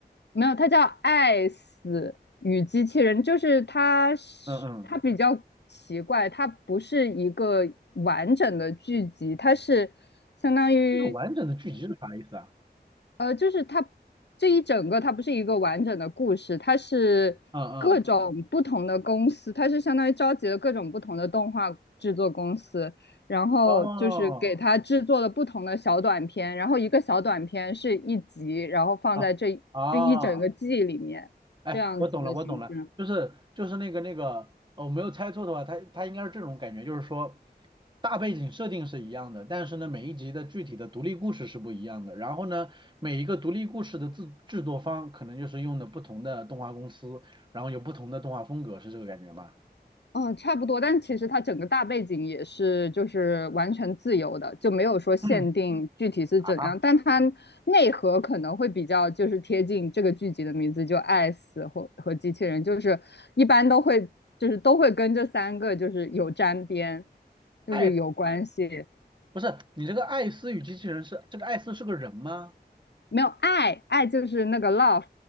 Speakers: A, on the left; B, on the right.
A: 没有，它叫《爱死与机器人》，就是它是它比较奇怪，
B: 嗯嗯，
A: 它不是一个完整的剧集，它是相当于。
B: 这个完整的剧集是啥意思啊？
A: 呃，就是它这一整个，它不是一个完整的故事，它是各种不同的公司，
B: 嗯嗯，
A: 它是相当于召集了各种不同的动画制作公司，然后就是给它制作了不同的小短片，
B: 哦
A: 然后一个小短片是一集，然后放在这就一整个季里面，
B: 啊哦，哎，
A: 这样子的形式。
B: 我懂了，我懂了，就是就是那个那个，呃我没有猜错的话，它它应该是这种感觉，就是说大背景设定是一样的，但是呢，每一集的具体的独立故事是不一样的。然后呢，每一个独立故事的制制作方可能就是用的不同的动画公司，然后有不同的动画风格，是这个感觉吗？
A: 嗯，差不多，但其实它整个大背景也是就是完全自由的，就没有说限定具体是怎样，
B: <clears throat> 啊，
A: 但它内核可能会比较就是贴近这个剧集的名字，就爱死或和机器人，就是一般都会就是都会跟这三个就是有沾边，就是有关系，
B: 艾斯不是你这个艾斯与机器人是这个艾斯是个人吗？
A: 没有爱，爱就是那个 love，